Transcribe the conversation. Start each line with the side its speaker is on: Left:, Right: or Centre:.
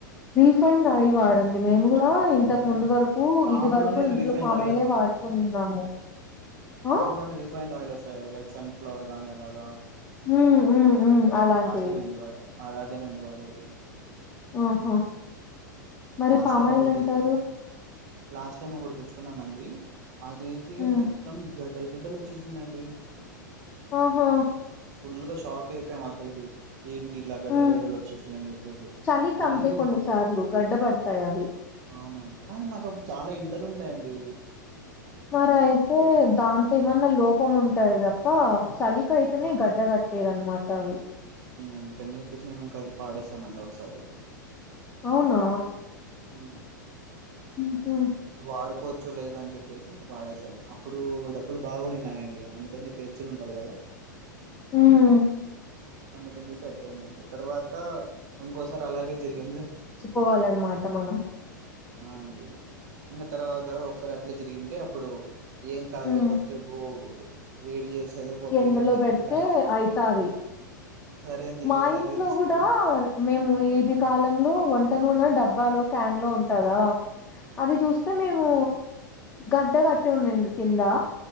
Left: రిఫైండ్ ఆయిల్ వాడండి మేము కూడా ఇంతకు
Right: అదే
Left: ముందు వరకు
Right: పామ్
Left: ఇది వరకు
Right: లోనే
Left: ఇంట్లో
Right: రీఫైండ్
Left: పామయలే వాడుతున్నాము
Right: పామ్లాంని
Left: ఆ!
Right: refined oil was like sunflower గానీ అలాగా
Left: హ్మ్. హ్మ్. హ్మ్. అలాంటివి.
Right: అదేనండి వాడ అదదేనండి వాడేది
Left: ఆహా మరి
Right: లాస్ట్
Left: పామ్
Right: టైం
Left: ఆయిల్
Right: ఒకటి
Left: అంటారు.
Right: తెచ్ లాస్ట్ టైం ఒకటి తెచ్చుకున్నామండి అదైతే
Left: హ్మ్.
Right: మొత్తం గడ్డల్ గడ్డలోచ్చేసిందండి
Left: ఆహా!
Right: ఫుల్ గా షాక్ అయిపోయాం అసలుకి ఏంటి ఇల గడ్డల్
Left: హ్మ్.
Right: గడ్డలోచ్చేసిందని చేప్పేసి
Left: చలికంతే
Right: మళ్ళీ
Left: కొన్ని సార్లు గడ్డబడతాయవి.
Right: అవునండి కానీ మాకు అప్పుడు చాలా ఎండలు ఉండే అండి
Left: మరి అయితే దాంతో ఏమన్నా లోపం ఉంటదిప్ప చలికైతేనే
Right: ఆ
Left: గడ్డగట్ ట్టేదన్నమాట అవి
Right: అందుకని చెప్పేసి మేము ఇంకా అది పాడేసమండి ఒకసారి
Left: అవునా
Right: మ్
Left: ఉహు
Right: వాడుకో చోలేదో అని చెప్పేసి ఇంక పాడేసాం అప్పుడు డబ్బులు బాగునే ఉన్నాయండి అందు కొంచం పిచ్చులంటది కదా
Left: హ్మ్
Right: అందుకని చేప్పి పెట్టయిందండి ఆ తర్వాత ఇంకోసారి అలాగే జరిగింది
Left: కోవాలన్నమాట మనం
Right: ఆ అండి ఇంకా తర్వాత తర్వా ఒకసారి అట్లే జరిగింటే అప్పుడు ఏం కాదులే
Left: హ్మ్
Right: కోడి సేపు వేడి చేసి చదువుపోతుంది
Left: ఎండలో
Right: అని చెప్పేసి
Left: పెడితే
Right: దానికి
Left: అయితాది
Right: సరే అని చెప్పేసి
Left: మా ఇంట్లో
Right: అదే తీసుకుపోయి
Left: కూడా మేము ఇది
Right: ఆ
Left: కాలంలో వంట నునా డబ్బాలో క్యాన్ లో ఉంటుందా అది చూస్తే మేము గడ్డ కట్టి ఉనాది ది కిందా